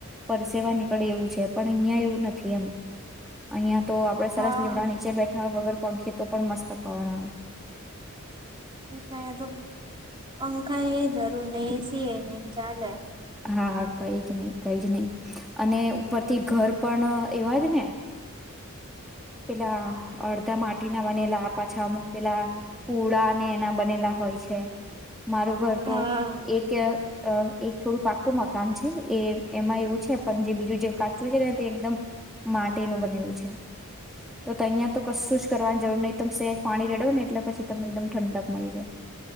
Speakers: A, in the centre; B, on the right (about 20°).
A: પરસેવા નીકળે એવું છે પણ અહિયાં એવું નથી એમ, અહં. તો આપડે સરસ
B: હા
A: લીમડા નીચે બેઠા વગર પંખી તો પણ મસ્ત પવન આવે છે.
B: ત તો પંખા એ જરૂર નહ એ સી એ નહીં. ક્યાં જાય?
A: હા કઈ જ નહી કઈ જ નહી, અને ઉપરથી ઘર પણ એવા જ ને. પેલા અડધા માટીના બનેલા પાછામ પેલા પુળ ને એના બનેલા હોય છે. મારું ઘર
B: હા
A: તો, એક અ એક થોડું પાક્કું મકાન છે એ એમાં એવું છે પણ જે બીજું જે કાચું છે ને તે એકદમ, માટીનું બનેલું છે. તો તો અહીંયા તો કશું જ કરવાની જરૂર નહીં એકદમ સેહેજ પાણી રેડવ ને એટલે પછી તમને એકદમ ઠંડક મળી જાય.